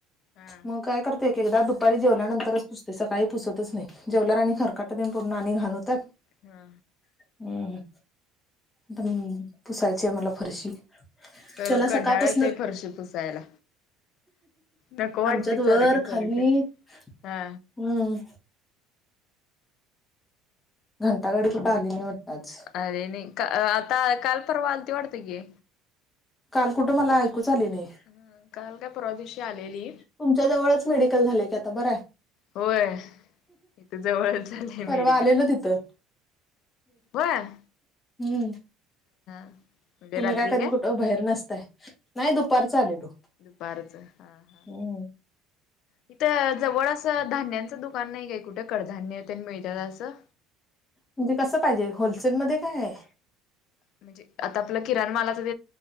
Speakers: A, on the left (about 60°); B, on the left (about 15°).
A: हा हा
B: मग काय करतोय एक-एकदा दुपारी जेवल्यानंतरच पुसतयं सकाळी पुसतच नाही, जेवल्यावर आणि खरकाटं तेन पडून आणि घाण हुत्यात
A: हा
B: हूं.. हूं.. पण पुसायची हाय मला फरशी,
A: करू
B: त्याला सकाळपासून
A: कंटाळा येतोय फरशी पुसायला, नको वाटतंय
B: आमच्यात वर
A: सारखं सारखं.
B: खाली....
A: हा.
B: हम्म. घंटा गाडी कुठं आली नाही वाटतं आज?
A: आली नाही का आता काल परवा आलती वाटतं की,
B: काल कुठं मला ऐकूच आली नाही.
A: ह काल काय परवा दिवशी आलेली
B: तुमच्या जवळच मेडिकल झालय की आता बरांय.
A: होय इथं जवळच झालेय मिडी
B: तू आलेला तिथं.
A: व्हयं
B: हूं...
A: म्हणजे
B: तुम्ही
A: रात्री
B: काय कधी कुठं बाहेर नसताय, नाही दुपारचं आलेलो,
A: दुपारचं हा. हा.
B: हूं....
A: इथं जवळ असं धान्यांचं दुकान नाही काय कुठं कडधान्य मिळतात असं?
B: म्हणजे कसं पाहिजे, होलसेलमध्ये काय
A: म्हणजे आता आपलं किराण मालात.